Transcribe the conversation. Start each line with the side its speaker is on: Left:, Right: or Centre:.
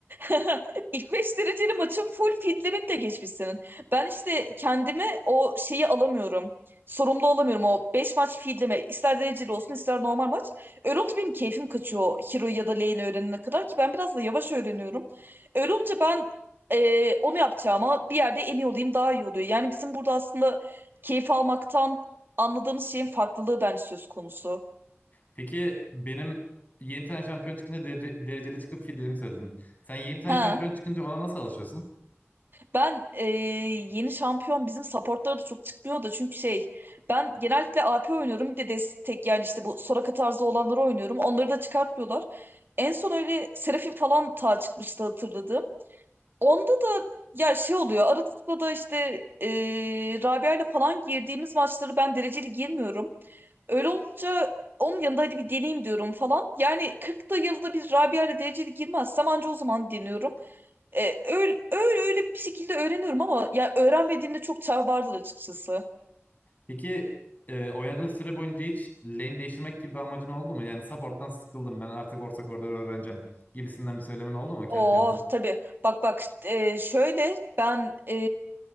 Right: <laughs> ilk 5 dereceli maçın full fitlemekle geçmiş senin. Ben işte kendime o şeyi alamıyorum. Sorumlu olamıyorum o 5 maç feedleme. İster dereceli olsun ister normal maç. Öyle olunca benim keyfim kaçıyor o hero ya da lane öğrenene kadar ki ben biraz da yavaş öğreniyorum. Öyle olunca ben e, onu yapacağıma bir yerde en iyi olayım daha iyi oluyor. Yani bizim burada aslında keyif almaktan anladığımız şeyin farklılığı bence söz konusu.
Left: Peki benim 20 tane şampiyon çıkınca dere- dereceli çıkıp fillerimi söyledin. Sen 20 tane
Right: He.
Left: şampiyon çıkınca ona nasıl alışıyorsun?
Right: Ben e, yeni şampiyon bizim supportlara da çok çıkmıyor da çünkü şey ben genellikle AP oynuyorum bir de destek yani işte bu Soraka tarzı olanları oynuyorum. Onları da çıkartmıyorlar. En son öyle Seraphine falan ta çıkmıştı hatırladım. Onda da ya şey oluyor arada da işte e, Rabia ile falan girdiğimiz maçları ben dereceli girmiyorum. Öyle olunca onun yanında hadi bir deneyeyim diyorum falan. Yani 40 da yılda bir Rabia ile dereceli girmezsem anca o zaman deniyorum. E, öyle, öyle öyle bir şekilde öğreniyorum ama ya öğrenmediğimde çok çağ vardı açıkçası.
Left: Peki e, oynadığın süre boyunca hiç lane değiştirmek gibi bir amacın oldu mu? Yani support'tan sıkıldım ben artık orta koridoru öğreneceğim gibisinden bir söylemin oldu mu kendi
Right: Oh
Left: kendine?
Right: tabii. Bak bak e, şöyle ben e,